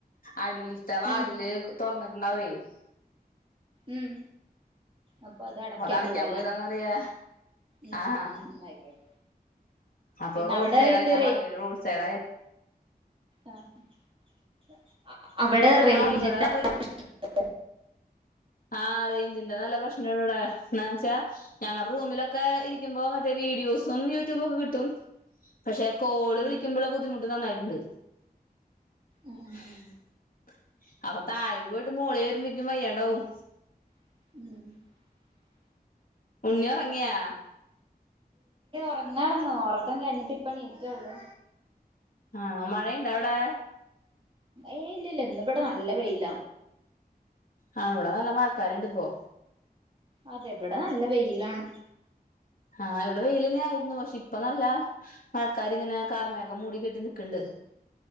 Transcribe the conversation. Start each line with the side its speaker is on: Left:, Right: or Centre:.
Left: അടിയിൽത്തെ വാതില്
Right: ഉം
Left: തോറന്ന് നവീസ്
Right: ഉം അപ്പൊ അത് അടക്യാൻ
Left: അടക്കാൻ
Right: പോവല്ലേ
Left: പോയതാന്ന് പറയാ
Right: ഉ
Left: ആഹ്
Right: ഉ ആയിക്കോട്ടെ
Left: അപ്പൊ
Right: പിന്നെ
Left: റോഡ് സൈഡായി
Right: ഈ
Left: ഞാൻ പറഞ്ഞ റോഡ് സൈഡായി
Right: ആഹ അവിടെ റേഞ്ചിന്റെ
Left: ആഹ് ഇവിടെ
Right: പ്രശ്നം ഇണ്ട് ലേ
Left: ആ റേഞ്ച്ന്റെ നല്ല പ്രശ്നള്ളൂടടെ ന്നവച്ചാ ഞങ്ങളുടെ റൂമിലൊക്കെ ഇരിക്കുമ്പോ മറ്റേ വീഡിയോസും യൂട്യൂബൊക്കെ കിട്ടും പക്ഷെ കോള്
Right: ഉം
Left: വിളിക്കുമ്പോള്ള ബുദ്ധിമു്ട്ട് നന്നായിട്ട്ണ്ട്
Right: ഉം
Left: <unintelligible>
Right: ഉം
Left: അപൊ താഴേക്ക് പോയിട്ട് മോളെ വരുമ്പേക്കും വയ്യാണ്ടാവും
Right: <inaudible>
Left: ഉണ്ണി ഒറങ്ങിയാ
Right: ഉറങ്ങാരുന്നു ഉറക്കം കഴിഞ്ഞിട്ടിപ്പൊ ണീറ്റൊള്ളു
Left: ആണോ മഴയുണ്ടവടെ
Right: ഏയ് ഇല്ലില്ല ഇന്നിവിടെ നല്ല വെയില
Left: ആ ഇവടെ നല്ല മഴക്കാരുണ്ടിപ്പോ
Right: അതെ ഇബടെ നല്ല വെയിലാണ്.
Left: ആഹ് ഇവിടെ വെയിലെന്നെ ആയിരു ക്ഷെ ഇപ്പ നല്ലആ ആക്കാരിങ്ങനെ കാർമേഘം മൂടി കെട്ടി നിക്ക്ണ്ട്.